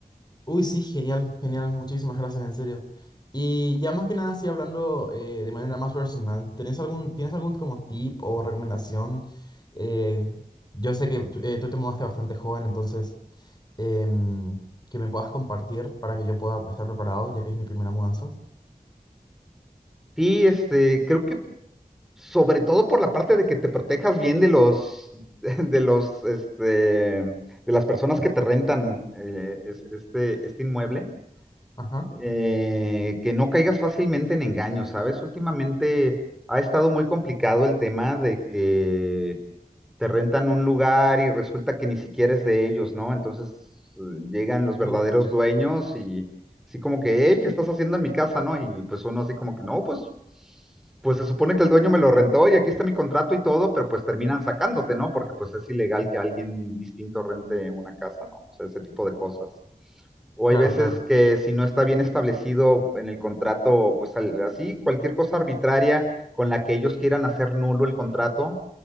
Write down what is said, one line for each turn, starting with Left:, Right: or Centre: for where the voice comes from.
Left: Uy, sí, genial, genial, muchísimas gracias, en serio. Y ya más que nada, sí, hablando eh, de manera más personal, ¿tenés algún, tienes algún como tip o recomendación? Eh, yo sé que tú eh, tú te mudaste bastante joven, entonces, em, que me puedas compartir para que yo pueda estar preparado, ya que es mi primera mudanza.
Centre: Sí, este, creo que sobre todo por la parte de que te protejas bien de los, <laughs> de los, este, de las personas que te rentan eh, es- este, este inmueble.
Left: Ajá.
Centre: eh, que no caigas fácilmente en engaños, ¿sabes? Últimamente ha estado muy complicado el tema de que te rentan un lugar y resulta que ni siquiera es de ellos, ¿no? Entonces eh, llegan los verdaderos
Left: Sí, sí,
Centre: dueños y así como que, hey, ¿qué estás haciendo en mi casa, no? Y pues uno así como que, no, pues, pues se supone que el dueño me lo rentó y aquí está mi contrato y todo, pero pues terminan sacándote, ¿no? Porque pues es ilegal que alguien distinto rente una casa, ¿no? O sea, ese tipo de cosas. O
Left: Claro,
Centre: hay veces
Left: claro.
Centre: que si no está bien establecido en el contrato, pues al- así, cualquier cosa arbitraria con la que ellos quieran hacer nulo el contrato,